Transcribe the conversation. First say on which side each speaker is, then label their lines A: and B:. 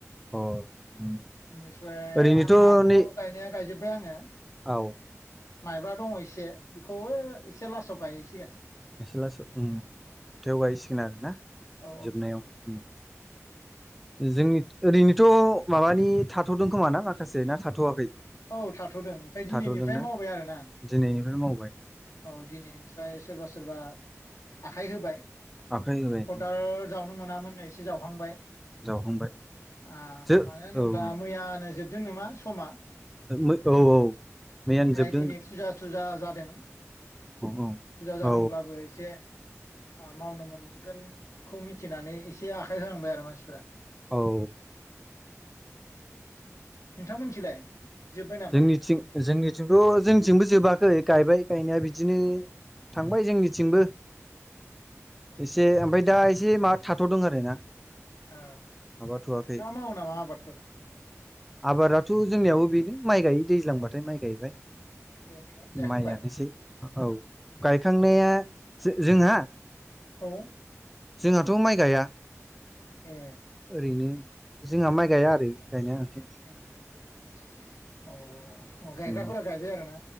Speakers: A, in the centre; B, on the left.
A: अ उम
B: बेनिफ्राय
A: ओरैनोथ'
B: आंहाथ'
A: नै
B: गायनाया गायजोब्बाय आङो
A: औ
B: माइब्रा दङ एसे बेखौबो ओइ एसे लासाव गायहैसिगोन
A: इसे‌ लासाव उम जोबथायाव गायहैसिगोन आरोना
B: औ
A: जोबनायाव उम जोंनि ओरैनोथ' माबानि थाथ'दों खोमा ना माखासे ना थाथ'वाखै
B: औ थाथ'दों ओमफ्राय दिनैनिफ्राय
A: थाथ'दोंना
B: मावबाय आरोना
A: दिनैनिफ्राय मावबाय
B: औ दिनैनिफ्राय सोरबा-सोरबा आखाइ होबाय
A: आखाइ होबाय
B: खदाल जावनो मोनामोन एसे जावहांबाय
A: जावखांबाय
B: ओ
A: जो
B: मानो होनोब्ला
A: औ
B: मैयानो जोबदों नामा समा
A: औ औ औ मैयानो
B: ओमफफ्राय
A: जोबदों
B: दिनै फुजा-सुजा जादों
A: औ
B: फुजा जादोंब्लाबो
A: औ
B: एसे मावनो मोनगोनखौ मिथिनानै एसे आखाइ होलांबाय आरो मानसिफोरा
A: औ
B: नोंथांमोनथिलाय जोब्बाय नामा
A: जोंनिथिं जोंनिथिंथ' जोंनिथिंबो जोबाखै गायबाय गायनाया बिदिनो थांबाय जोंनिथिंबो एसे ओमफ्राय दा एसे माबा थाथ'दों आरो ना
B: ओ नोंथाङा
A: माबाथ'वाखै
B: मावो नामा आबादफोर
A: थ' जोंनियाव बेनो माइ गायायो दैज्लां बाथाय माइ गायबाय
B: बेनोथ' गायखांबाय
A: माइआनोसै औ गायखांनाया जोंहा
B: औ
A: जोंहाथ' माइ गाया
B: ए
A: ओरैनो जोंहा माइ गाया आरो गायनाया ओंखाय
B: अ अ
A: गैया
B: गायग्रा